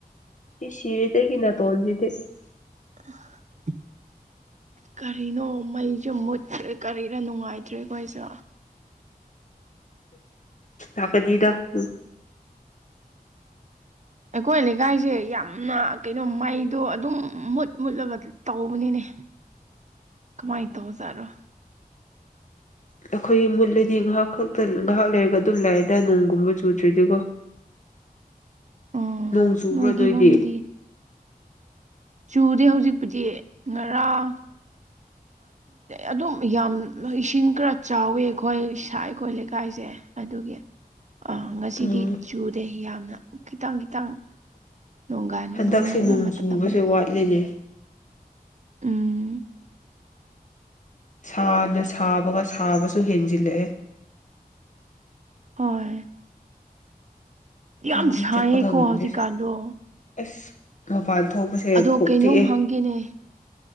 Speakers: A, on the left (about 50°); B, on the right (about 50°).
A: ꯁꯤꯔꯤꯗꯦ ꯑꯩꯒꯤ ꯇꯣꯟꯗꯗꯦ
B: <inaudible> ꯀꯔꯤꯅꯣ ꯃꯩꯁꯨ ꯃꯨꯠꯇ꯭ꯔꯦ ꯀꯔꯤꯗ ꯅꯨꯡꯉꯥꯏꯇ꯭ꯔꯦꯈꯣꯏꯁꯨ
A: ꯂꯥꯛꯀꯅꯤꯗ <unintelligible>
B: ꯑꯩꯈꯣꯏ ꯂꯩꯀꯥꯏꯁꯦ ꯌꯥꯝꯅ ꯀꯩꯅꯣ ꯃꯩꯗꯣ ꯑꯗꯨꯝ ꯃꯨꯠ ꯃꯨꯠꯂꯒ ꯇꯧꯕꯅꯤꯅꯦ ꯀꯃꯥꯏꯅ ꯇꯧꯖꯥꯠꯔꯣ
A: ꯑꯩꯈꯣꯏꯒꯤ ꯃꯨꯠꯂꯗꯤ ꯉꯥꯏꯍꯥꯛ ꯈꯛꯇ ꯉꯥꯏꯍꯥꯛ ꯂꯩꯔꯒ ꯑꯗꯨꯝ ꯂꯥꯛꯑꯦꯗ ꯅꯣꯡꯒꯨꯝꯕ ꯆꯨꯗ꯭ꯔꯦꯗꯤꯀꯣ
B: ꯎꯝ
A: ꯅꯣꯡ ꯆꯨꯕ꯭ꯔꯣ
B: ꯅꯣꯏꯒꯤꯔꯣꯝꯗꯗꯤ
A: ꯅꯣꯏꯗꯤ
B: ꯆꯨꯗꯤ ꯍꯧꯖꯤꯛꯄꯨꯗꯤ ꯉꯔꯥꯡ ꯑꯗꯨꯝ ꯌꯥꯝ ꯏꯁꯤꯡ ꯈꯔ ꯆꯥꯎꯋꯦ ꯑꯩꯈꯣꯏ ꯏꯁ ꯑꯩꯈꯣꯏ ꯂꯩꯀꯥꯏꯁꯦ ꯑꯗꯨꯒꯤ ꯑ ꯉꯁꯤꯗꯤ
A: ꯎꯝ
B: ꯆꯨꯔꯦ ꯌꯥꯝꯅ ꯈꯤꯇꯪ ꯈꯤꯇꯪ ꯅꯣꯡꯒꯥꯟ
A: ꯍꯟꯗꯛꯁꯦ
B: ꯅꯣꯡꯉꯥꯟꯕ
A: ꯅꯣꯡ
B: ꯃꯇꯝꯗ
A: ꯆꯨꯕꯁꯦ ꯋꯥꯠꯂꯤꯅꯦ
B: ꯎꯝ
A: ꯁꯥꯅ ꯁꯥꯕꯒ ꯁꯥꯕꯁꯨ ꯍꯦꯟꯖꯤꯜꯂꯛꯑꯦ
B: ꯍꯣꯏ ꯌꯥꯝ
A: ꯂꯝꯕꯤ
B: ꯁꯥꯏꯌꯦꯀꯣ
A: ꯆꯠꯄꯒ ꯉꯝꯗꯦ
B: ꯍꯧꯖꯤꯛꯀꯥꯟꯗꯣ
A: ꯑꯁ ꯃꯄꯥꯟ ꯊꯣꯛꯄꯁꯦ
B: ꯑꯗꯣ
A: ꯀꯣꯛ ꯆꯤꯛꯑꯦ
B: <unintelligible>